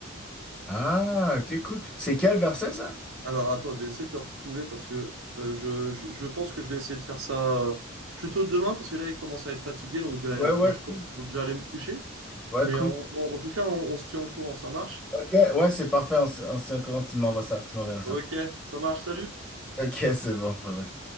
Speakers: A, in the centre; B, on the right.
A: Ah, ok, cool. C'est quel verset, ça?
B: Alors attends, je vais essayer de te retrouver parce que euh, je, je- je pense que je vais essayer de faire ça euh, plutôt demain, parce que là, il commence à être fatigué, donc je vais,
A: Ouais, ouais,
B: enfin, je
A: cool.
B: sais pas, donc je vais aller me coucher.
A: Ouais,
B: Mais
A: cool.
B: en, en- en tout cas, on, on se tient au courant, ça marche.
A: Ok, ouais, c'est parfait. On, s- on, s- encore- tu m'envoies ça, tu m'enverras
B: Ok,
A: ça.
B: ça marche, salut.
A: Ok, c'est bon. bye bye.